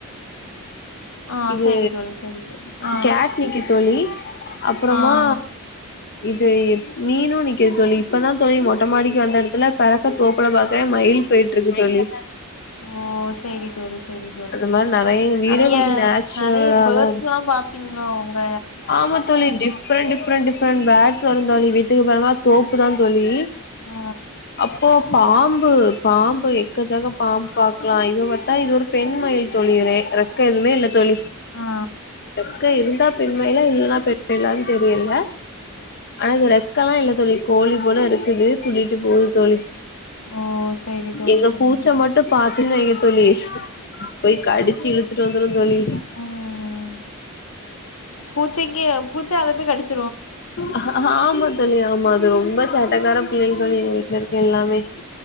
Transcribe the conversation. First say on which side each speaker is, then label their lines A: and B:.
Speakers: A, on the left; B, on the left.
A: ஆ
B: இது
A: சரி தோழி சரி தோழி ஆ
B: கேட்னிக்கி தோழி அப்புறமா
A: ஆ
B: இது மீனும் நிக்குது தோழி இப்பதா தோழி மொட்டமாடிக்கு வந்த எடத்துல பறக்க தோப்புல பாக்குறே மயில் போயி ட்டுருக்கு தோழி
A: ஓ செரி தோழி செரி தோழி
B: அந்த மாரி நெறைய எங்க வீடே
A: நெறைய
B: கொஞ்சோ நேச்சுரலாதா
A: நெறைய பேட்ஸ்ல
B: இருக்கு
A: பாப்பீங்ளோ ஒங்க
B: ஆமா தோழி டிஃப் டிஃபரெண்ட் டிஃபரெண்ட் டிஃபரெண்ட பேட்ஸ் வரு தோழி வீட்டுக்கு பறமா தோப்பு தா தோழி
A: ஆ
B: அப் இப்போ பாம்பு பாம்பு எக்க சக்க பாம்பு பாக்லா இவ் பத்தா இது ஒரு பெண் மயில் தோழி ரெக்க எதுவுமே இல்ல தோழி
A: ஆ
B: ரெக்க இருந்தா பெண் மயிலா இல்லன்னா பெண் மயிலான் தெரியல ஆனா இது ரெக்கலா இல்ல தோழி கோழி போல இருக்குது துள்ளிட்டு போது தோழி
A: ஓ சரி தோழி
B: எங்க
A: சரி
B: பூச்ச
A: தோழி
B: மட்டு பாத்துது வைங்க தோழி பேய் கடிச்சு இழுத்துட்டு வந்துரு தோழி
A: ம் பூச்சைக்கு பூச்சா அதப்போய் கடிச்
B: அ அ ஆமா தோழி ஆமா அது ரொம்ப சேட்டக்கார பிள்ளைங் தோழி எங்க வீட்ல இருக்க எல்லாமே